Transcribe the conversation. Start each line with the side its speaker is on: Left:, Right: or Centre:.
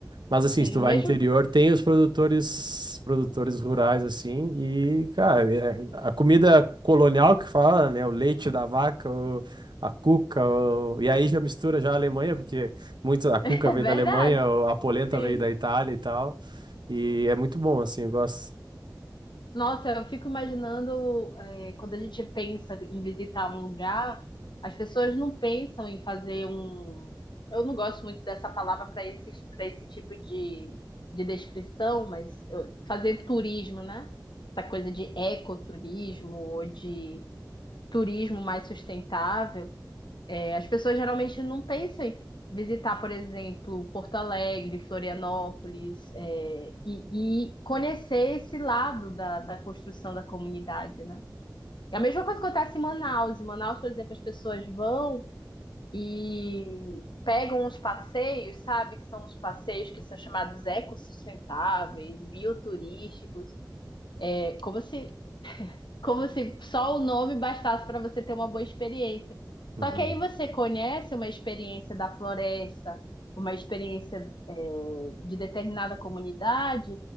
Right: Mas assim,
Left: sim,
Right: se tu
Left: o
Right: vai
Left: mesmo.
Right: no interior,
Left: <laughs>
Right: tem os produtores, produtores rurais assim, e cara, é- a comida colonial que fala, né, o leite da vaca, o- a cuca, o- e aí já mistura já a Alemanha, porque muito a cuca
Left: É
Right: veio
Left: verdade,
Right: da Alemanha, o- a polenta
Left: sim.
Right: veio da Itália e tal. E é muito bom assim, eu gosto.
Left: Nossa, eu fico imaginando, é, quando a gente pensa em visitar um lugar, as pessoas não pensam em fazer um. Eu não gosto muito dessa palavra para esse, para esse tipo de, de descrição, mas eu- fazer turismo, né? Essa coisa de ecoturismo ou de turismo mais sustentável. É, as pessoas geralmente não pensam em visitar, por exemplo, Porto Alegre, Florianópolis, é, e, e conhecer esse lado da, da construção da comunidade, né? É a mesma coisa que acontece em Manaus. Em Manaus, por exemplo, as pessoas vão e pegam uns passeios, sabe? Que são os passeios que são chamados ecossustentáveis, bioturísticos. É como se como se só o nome bastasse para você ter uma boa experiência.
Right: Uhum.
Left: Só que aí você conhece uma experiência da floresta, uma experiência, é, de determinada comunidade,